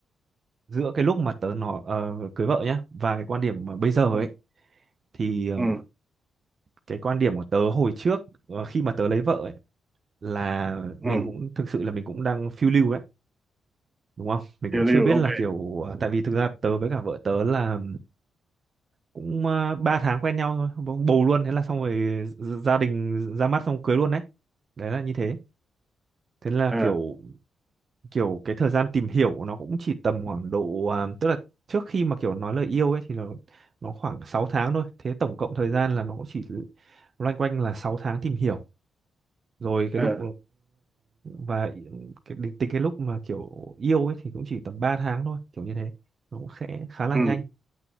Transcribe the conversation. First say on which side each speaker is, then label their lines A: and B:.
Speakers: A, on the right; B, on the right.
A: giữa cái lúc mà tớ nó ờ, cưới vợ nhá và cái quan điểm mà bây giờ ấy
B: Ừ.
A: thì ờ,
B: Ừ.
A: cái quan điểm của tớ hồi trước ờ, khi mà tớ lấy vợ ấy, là mình
B: ừ
A: cũng thực sự là mình cũng đang phiêu lưu đấy đúng không mình
B: tiêu
A: cũng chưa
B: diêu
A: biết là
B: ok
A: kiểu à, tại vì thực ra tớ với cả vợ tớ là cũng uh, 3 tháng quen nhau thôi bỗng bầu luôn thế là xong rồi gia đình ra mắt xong cưới luôn đấy đấy là như thế thế là
B: ờ
A: kiểu kiểu cái thời gian tìm hiểu nó cũng chỉ tầm khoảng độ à, tức là trước khi mà kiểu nói lời yêu ấy thì nó nó khoảng 6 tháng thôi thế tổng cộng thời gian là nó cũng chỉ loanh quanh là 6 tháng tìm hiểu rồi cái
B: ờ
A: lúc và cái, đến tính cái lúc mà kiểu yêu ấy thì cũng chỉ tầm 3 tháng thôi kiểu như thế nó cũng khẽ khá là
B: ừ
A: nhanh